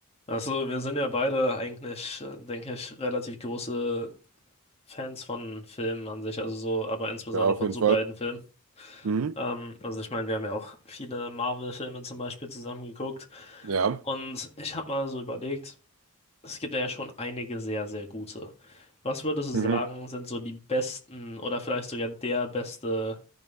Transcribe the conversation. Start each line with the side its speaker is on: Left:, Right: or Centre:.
Left: Also, wir sind ja beide eigentlich, äh, denke ich, relativ große Fans von Filmen an sich, also so, aber insbesondere
Right: Ja, auf
Left: von
Right: jeden
Left: Superheldenfilmen.
Right: Fall. Mhm.
Left: Ähm, also ich meine, wir haben ja auch viele Marvel-Filme zum Beispiel zusammen geguckt.
Right: Ja.
Left: Und ich habe mal so überlegt, es gibt ja schon einige sehr, sehr gute. Was würdest du sagen,
Right: Mhm.
Left: sind so die besten oder vielleicht sogar der beste